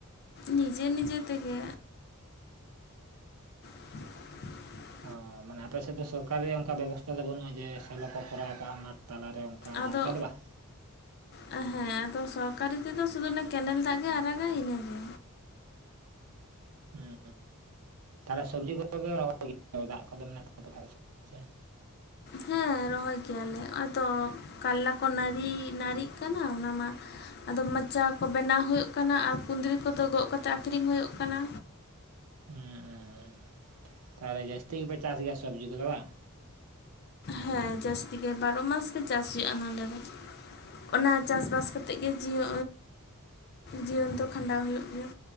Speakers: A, on the left (about 45°); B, on the right (about 75°).
A: ᱱᱤᱡᱮ ᱱᱤᱡᱮ ᱛᱮᱜᱮ᱾ <inaudible>
B: ᱚ ᱢᱟᱱᱮ ᱟᱯᱮᱥᱮᱫ ᱫᱚ ᱥᱚᱨᱠᱟᱨᱤ ᱚᱝᱠᱟ ᱵᱮᱵᱚᱥᱛᱟ ᱫᱚ ᱵᱟᱹᱱᱩᱜ-ᱟ ᱡᱮ ᱥᱮᱞᱚ ᱠᱚ ᱠᱚᱨᱟᱣ ᱠᱟᱜ-ᱟ ᱢᱟᱴ ᱛᱟᱞᱟᱨᱮ ᱚᱱᱠᱟ
A: ᱟᱫᱚ
B: ᱚᱱᱠᱟ ᱫᱚ ᱵᱟᱝ
A: ᱦᱮᱸ ᱟᱫᱚ ᱥᱚᱨᱠᱟᱨᱤ ᱛᱮᱫᱚ ᱥᱩᱫᱩ ᱚᱱᱮ ᱠᱮᱱᱮᱞ ᱫᱟᱜ ᱜᱮ ᱟᱨᱟᱜᱟᱭ ᱤᱱᱟᱹ ᱜᱮ᱾
B: ᱦᱩᱸ ᱛᱟᱦᱞᱮ ᱥᱚᱵᱽᱡᱤ ᱠᱚ ᱯᱮ ᱨᱚᱦᱚᱭ ᱜᱮᱭᱟ ᱫᱟᱜ ᱠᱚᱫᱚ ᱛᱟᱯᱮ ᱠᱷᱟᱡ? ᱥᱮ?
A: ᱦᱮᱸ ᱨᱚᱦᱚᱭ ᱜᱮᱭᱟᱞᱮ ᱚᱭ ᱛᱚ ᱠᱟᱞᱞᱟ ᱠᱚ ᱱᱟᱹᱨᱤ ᱱᱟᱹᱨᱤᱜ ᱠᱟᱱᱟ ᱚᱱᱟ ᱢᱟ ᱟᱫᱚ ᱢᱚᱪᱟ ᱠᱚ ᱵᱮᱱᱟᱣ ᱦᱩᱭᱳᱜ ᱠᱟᱱᱟ ᱟᱨ ᱠᱩᱸᱫᱽᱨᱤ ᱠᱚᱫᱚ ᱜᱚᱜ ᱠᱟᱛᱮᱜ ᱟᱠᱷᱨᱤᱧ ᱦᱳᱭᱳᱜ ᱠᱟᱱᱟ᱾
B: ᱦᱩᱸᱩᱢᱻ ᱛᱟᱦᱞᱮ ᱡᱟᱹᱥᱛᱤ ᱜᱮᱯᱮ ᱪᱟᱥ ᱜᱮᱭᱟ ᱥᱚᱵᱽᱡᱤ ᱠᱚᱫᱚ ᱵᱟᱝ
A: ᱦᱮᱸ ᱡᱟᱹᱥᱛᱤ ᱜᱮ ᱵᱟᱨᱚ ᱢᱟᱥ ᱜᱮ ᱪᱟᱥ ᱦᱩᱭᱩᱜ-ᱟ ᱱᱚᱰᱮ ᱫᱚ᱾ ᱚᱱᱟ ᱪᱟᱥ ᱵᱟᱥ ᱠᱟᱛᱮᱜ ᱜᱮ ᱡᱤᱭᱚ ᱡᱤᱭᱚᱱ ᱛᱚ ᱠᱷᱟᱸᱰᱟᱣ ᱦᱩᱭᱩᱜ ᱜᱮᱭᱟ᱾